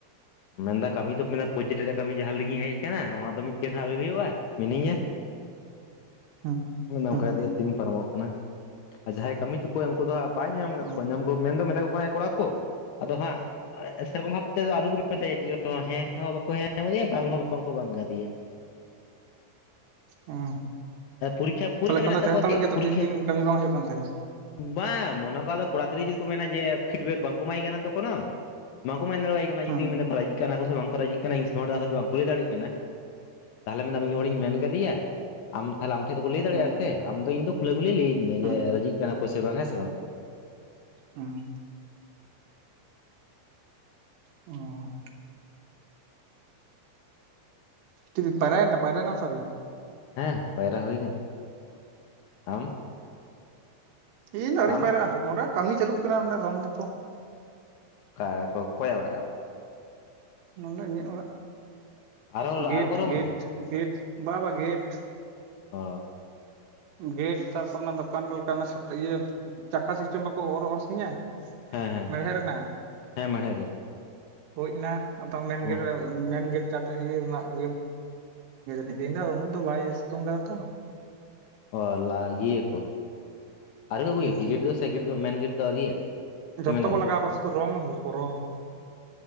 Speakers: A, on the left (about 75°); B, on the right (about 75°).
A: ᱢᱮᱱᱫᱟ ᱠᱟᱹᱢᱤ ᱫᱚ ᱢᱮᱱᱮ <unintelligible> ᱨᱮᱭᱟᱜ ᱠᱟᱹᱢᱤ ᱡᱟᱦᱟᱸ ᱞᱟᱹᱜᱤᱫ ᱤᱧ ᱦᱮᱡ ᱟᱠᱟᱱᱟ ᱚᱱᱟ ᱫᱚ ᱢᱤᱫᱴᱮᱱ ᱦᱸ ᱟᱹᱣᱨᱤ ᱦᱩᱭᱩᱜᱼᱟ <unintelligible>
B: ᱦᱩᱸ
A: ᱚᱱᱮ ᱚᱱᱠᱟ
B: ᱦᱩᱸ
A: ᱠᱟᱛᱮ ᱫᱤᱱ ᱯᱟᱨᱚᱢᱚᱜ ᱠᱟᱱᱟ ᱟᱨ ᱡᱟᱦᱟᱸᱭ ᱠᱟᱹᱢᱤ ᱦᱚᱪᱚ ᱠᱚᱣᱟᱭ ᱩᱱᱠᱩ ᱫᱚ ᱦᱟᱸᱜ ᱵᱟᱭ ᱧᱟᱢ ᱟᱠᱟᱫ
B: ᱚ
A: ᱠᱚᱣᱟ ᱧᱟᱢ ᱢᱮ ᱫᱚ ᱢᱮᱛᱟ ᱠᱚ ᱠᱟᱱᱟᱭ ᱠᱚᱲᱟ ᱠᱚ ᱟᱫᱚ ᱦᱟᱸᱜ ᱥᱮᱨᱚᱠᱚᱢ ᱵᱷᱟᱵ ᱟᱼ <unintelligible> ᱪᱮᱫ ᱦᱮᱸ ᱦᱚᱸ ᱵᱟᱠᱚ ᱦᱮᱸ ᱟᱠᱟᱫᱮᱭᱟ ᱵᱟᱝ ᱦᱚᱸ ᱵᱟᱝᱠᱚ ᱵᱟᱝ ᱠᱟᱫᱮᱭᱟ
B: ᱚ
A: ᱯᱚᱨᱤᱠᱠᱷᱟ ᱯᱚᱨᱤᱠᱠᱷᱟ
B: ᱛᱟᱦᱚᱞᱮ ᱮᱠᱷᱚᱱ
A: ᱢᱮᱱᱟᱜ
B: ᱫᱚ
A: ᱛᱟᱠᱚᱣᱟ
B: ᱪᱮᱦᱟᱛᱟᱲᱚᱜ
A: ᱪᱮ
B: ᱜᱮᱭᱟ ᱛᱚ
A: ᱯᱚᱨᱤᱠᱠᱷᱟ
B: ᱛᱤᱱ ᱫᱤᱱ ᱠᱟᱹᱢᱤ ᱵᱟᱝ ᱦᱩᱭᱩᱜ ᱠᱟᱱ ᱛᱟᱭᱟ
A: ᱵᱟᱝ ᱢᱚᱱᱮ ᱠᱚᱼᱟ ᱫᱚ ᱠᱚᱲᱟ ᱜᱤᱫᱽᱨᱟᱹ ᱡᱩᱫᱤ ᱠᱚ ᱢᱮᱱᱟ ᱡᱮ ᱯᱷᱤᱰᱵᱮᱠ ᱵᱟᱝᱠᱚ ᱮᱢᱟᱭ ᱠᱟᱱᱟ ᱛᱚ ᱠᱳᱱᱚ ᱱᱚᱣᱟ ᱦᱚᱲᱠᱚ ᱢᱮᱱ ᱫᱟᱲᱮᱣᱟᱭ ᱠᱟᱱᱟ
B: ᱦᱩᱸ
A: ᱡᱩᱫᱤ ᱢᱮᱱᱫᱟ ᱠᱚ ᱨᱟᱡᱤ ᱠᱟᱱᱟ ᱠᱚ ᱥᱮ ᱵᱟᱝ ᱠᱚ ᱨᱟᱡᱤᱜ ᱠᱟᱱᱟ ᱤᱧ ᱥᱟᱢᱟᱝ ᱨᱮ ᱦᱚᱭᱛᱳ ᱵᱟᱝᱠᱚ ᱞᱟᱹᱭ ᱫᱟᱲᱮᱭᱟᱜ ᱠᱟᱱᱟ ᱛᱟᱦᱚᱞᱮ ᱢᱮᱱᱮᱫᱟ ᱢᱤᱫ ᱦᱚᱲᱤᱧ ᱢᱮᱱ ᱠᱟᱫᱮᱭᱟ ᱟᱢ ᱛᱟᱦᱚᱞᱮ ᱟᱢ ᱴᱷᱮᱱ ᱫᱚ ᱞᱟᱹᱭ ᱫᱟᱲᱮᱭᱟᱜᱼᱟ
B: ᱦᱩᱸ
A: ᱥᱮ ᱟᱢ ᱫᱚ ᱤᱧ ᱫᱚ ᱠᱷᱩᱞᱟᱹ ᱠᱷᱩᱞᱤ ᱞᱟᱹᱭᱟᱹᱧ ᱢᱮ
B: ᱦᱩᱸ
A: ᱡᱮ ᱨᱟᱡᱤᱜ ᱠᱟᱱᱟ ᱠᱚ ᱥᱮ ᱵᱟᱝ ᱦᱮᱸ ᱥᱮ ᱵᱟᱝ
B: ᱦᱮᱸ ᱚ ᱛᱤ ᱯᱚᱨᱟᱭᱱᱟ ᱯᱟᱨᱟᱭᱱᱟ ᱮᱱᱟᱢ ᱥᱮ ᱟᱣᱨᱤ
A: ᱦᱮᱸ ᱯᱟᱭᱨᱟ ᱦᱩᱭ ᱟᱠᱟᱱᱟ ᱟᱢ?
B: ᱤᱧ ᱫᱚ ᱟᱣᱨᱤᱧ
A: ᱟᱢ
B: ᱯᱟᱭᱨᱟᱜᱼᱟ ᱱᱚᱸᱰᱮ ᱠᱟᱹᱢᱤ ᱪᱟᱹᱞᱩᱜ ᱠᱟᱱᱟ ᱚᱸᱰᱮ ᱨᱚᱝ ᱫᱟᱠᱚ
A: <unintelligible> ᱚᱠᱚᱭᱟ ᱳᱲᱟ
B: ᱱᱚᱰᱮ ᱤᱧᱟᱹᱜ ᱚᱲᱟᱜ
A: ᱟᱨᱚ
B: ᱜᱮᱴ
A: ᱟᱨᱚ ᱠᱚ ᱨᱚᱝ
B: ᱜᱮᱴ
A: ᱮᱫᱟ
B: ᱜᱮᱴ ᱵᱟᱵᱟ ᱜᱮᱴ
A: ᱚ
B: ᱜᱮᱴ ᱛᱟᱨᱯᱚᱨ ᱚᱱᱟ ᱫᱚᱠᱟᱱ ᱨᱮ ᱞᱮᱠᱟ ᱤᱭᱟᱹ ᱪᱟᱠᱷᱟ ᱥᱤᱥᱴᱮᱢ ᱵᱟᱠᱚ ᱚᱨ ᱚᱨ ᱥᱮᱧᱟ
A: ᱦᱮᱸ ᱦᱮᱸ
B: ᱢᱮᱲᱦᱮᱫ ᱨᱮᱱᱟᱜ
A: ᱦᱮᱸ ᱢᱮᱲᱦᱮᱫ ᱨᱮᱭᱟᱜ
B: ᱦᱩᱭ ᱮᱱᱟ ᱟᱫᱚ ᱢᱮᱱᱜᱮᱴ
A: ᱚ
B: ᱢᱮᱱ ᱜᱮᱴᱟ <unintelligible> ᱤᱭᱟᱹ ᱨᱮᱱᱟᱜ <unintelligible> ᱛᱤᱦᱤᱱ ᱫᱚ ᱩᱱᱟᱹᱜ ᱫᱚ ᱵᱟᱭ ᱥᱤᱛᱩᱝ ᱠᱟᱫᱟ ᱛᱚ
A: ᱚ ᱞᱟᱹᱜᱤᱭᱟ ᱠᱚ ᱟᱨ ᱠᱚ ᱟᱜᱩᱭᱟ
B: ᱦᱩᱸ
A: ᱜᱮᱴ ᱫᱚ ᱥᱮ ᱜᱮᱴ ᱫᱚ ᱢᱮᱱ ᱜᱮᱴ ᱫᱚ ᱟᱹᱣᱤᱭᱟᱹ ᱥᱮ
B: ᱡᱚᱛᱚ
A: ᱢᱮᱱᱟᱜᱤᱭᱟ
B: ᱠᱚ ᱞᱟᱜᱟᱣ ᱠᱟᱫᱟ ᱥᱩᱫᱷᱩ ᱨᱚᱝ ᱜᱮᱠᱚ ᱨᱚᱝ